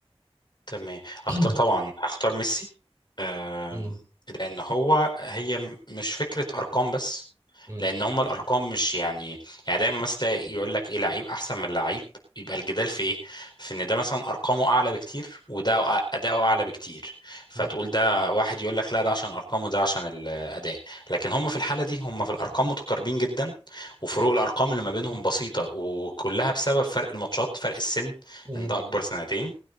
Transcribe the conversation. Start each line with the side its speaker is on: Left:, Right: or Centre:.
Left: تمام اختار
Right: <clears throat>
Left: طبعا اختار ميسي آم،
Right: مم.
Left: لان هو هي م- مش فكره ارقام بس
Right: مم.
Left: لان هما الارقام مش يعني يعني دايما مثلا تلاقي يقول لك ايه لعيب احسن من لعيب يبقى الجدال في ايه في ان ده مثلا ارقامه اعلى بكتير وده أ- اداؤه اعلى بكتير فتقول
Right: مم.
Left: ده واحد يقول لك لا ده عشان ارقامه وده عشان الاداء لكن هما في الحاله دي هما في الارقام متقاربين جدا وفروق الارقام اللي ما بينهم بسيطه وكلها بسبب فرق الماتشات فرق السن
Right: مم.
Left: ان ده اكبر سنتين